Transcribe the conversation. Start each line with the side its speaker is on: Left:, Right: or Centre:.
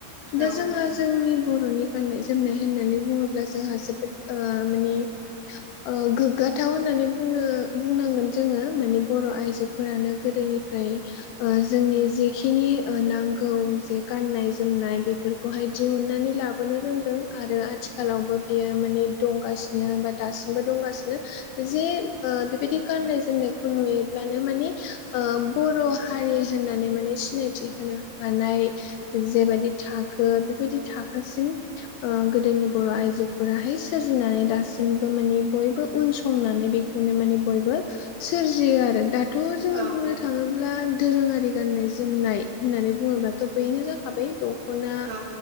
Right: औ
Left: दा जोंहा जोंनि बर'नि गाननाय जोमनाय होननानै बुङोब्ला जोंहा जोबोद ओ माने ओ गोग्गाथाव होननानै बुंनो बुंनांगोन जोंङो माने बर' आइजोफोरानो गोदोनिफ्राय ओ जोंनि जेखिनि ओ नांगौ जे गाननाय जोमनाय बे फोरखौहाय दिहुननानै लाबोनो रोंदों आरो आथिखालावबो बेयो माने दंगासि नो बा दासिमबो दंगासिनो जे बेबायदि गाननाय जोमनाय खौ नुयोब्लानो माने बर' हारि होननानै माने सिनायथि होनो हानाय जेबायदि थाखो बेबायदि थाखोसिम ओ गोदोनि बर' आइजोफोराहाय सोरजिनानै दासिमबो मानिे बयबो उन संनानै बे खौनो माने बयबो सोरजियो आरो दाथ' जोंङो
Right: औ
Left: बुंनो थांङोब्ला दोरोंङारि गाननाय जोमनाय होननानै बुंङोब्लाथ' बैनो जाखाबाय दख'ना
Right: औ